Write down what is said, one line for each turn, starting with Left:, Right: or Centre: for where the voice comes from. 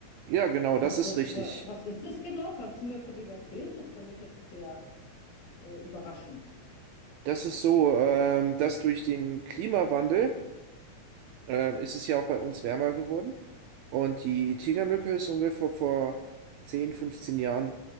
Right: Ja, genau,
Left: Was,
Right: das ist
Left: was,
Right: richtig.
Left: wa- was ist das genau? Kannst du mir von dem erzählen? Das fand ich jetzt sehr äh, überraschend.
Right: Das ist so, ähm, dass durch den Klimawandel ähm, ist es ja auch bei uns wärmer geworden. Und die Tigermücke ist ungefähr vor 10 15 Jahren